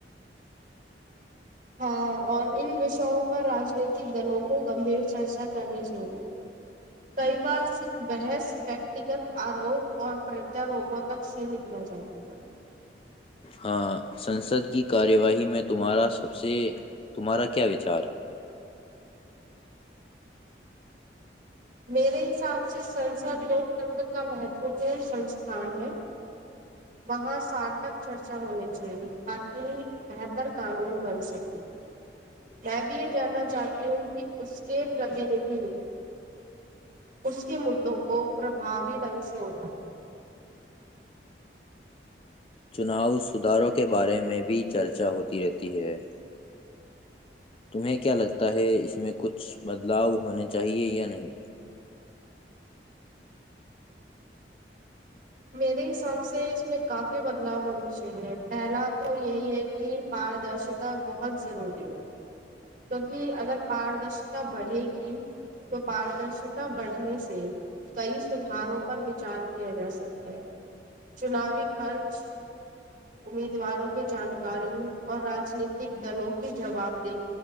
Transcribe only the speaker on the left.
ہاں سنسد کی کارواہ میں تمہارا سب سے تمہارا کیا وچار ہے
چناو سدھاروں کے بارے میں بھی چرچا ہوتی رہتی ہے <unintelligible> تمہیں کیا لگتا ہے اس میں کچھ بدلاؤ ہونے چاہیے یا نہیں